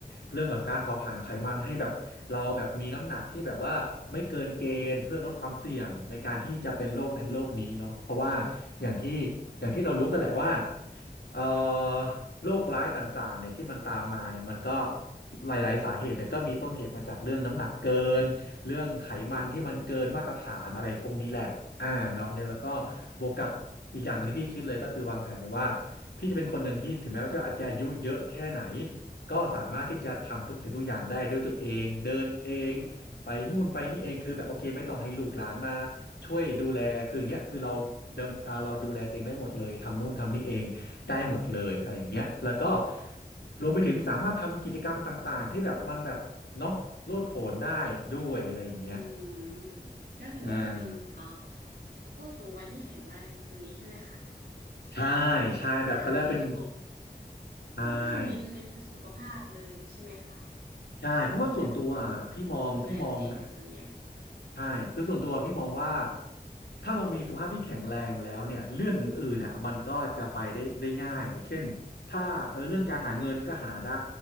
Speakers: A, on the left; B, on the right.
A: เรื่องของการเผาผลาญไขมันให้แบบเราแบบมีน้ำหนักที่แบบว่าไม่เกินเกณฑ์เพื่อลดความเสี่ยงในการที่จะเป็นโรคนั้นโรคนี้เนาะเพราะว่าอย่างที่อย่างที่เรารู้กันแหละว่าเอ่อโรคร้ายต่างๆเนี่ยที่มันตามมาเนี่ยมันก็หลายๆสาเหตุเนี่ยก็มีต้นเหตุมาจากเรื่องน้ำหนักเกินเรื่องไขมันที่มันเกินมาตรฐานอะไรพวกนี้แหละอ่าเนาะเนี่ยแล้วก็
B: อืม
A: บวกกับอีกอย่างหนึงที่พี่คิดเลยก็คือวางแผนไว้ว่า พี่จะเป็นคนหนึ่งที่ถึงแม้ว่าจะอาจจะอายุเยอะแค่ไหนก็สามารถที่จะทำทุกสิ่งทุกอย่างได้ด้วยตัวเองเดินเองไปนู่นไปนี่เองคือแบบโอเคไม่ต้องให้ลูกหลานมา
B: โอ้โห
A: ช่วยดูแลคืออย่างเงี้ยคือเราดำอ่าเราดูแลตัวเองได้หมดเลยทำนู่นทำนี่เองได้หมดเลยอะไรอย่างเงี้ยแล้วก็รวมไปถึงสามารถทำกิจกรรมต่างๆที่แบบมันแบบเนาะโลดโผนได้ด้วยอะไรอย่างเงี้ย
B: อืมก็ถือว่าจะเป็นอ๋อ
A: อ่า
B: ผู้สูงวัยที่แข็งแรงแบบนี้ใช่ไหมคะ
A: ใช่ใช่แบบเขาเรียกว่าเป็น
B: ก็คือโอ้โห
A: ใช่
B: มันก็คือเน้นเน้นเป็นสุขภาพเลยใช่ไหมคะ
A: ใช่เพราะว่าส่วนตัวอ่ะพี่มองพี่มองนะ
B: แบบดูแลตัวเองเป็นส่วนใหญ่
A: ใช่คือส่วนตัวพี่มองว่าถ้าเรามีสุขภาพที่แข็งแรงแล้วเนี่ยเรื่องอื่นๆน่ะมันก็จะไปได้ได้ง่ายเช่นถ้าเออเรื่องการหาเงินก็หาได้
B: อืม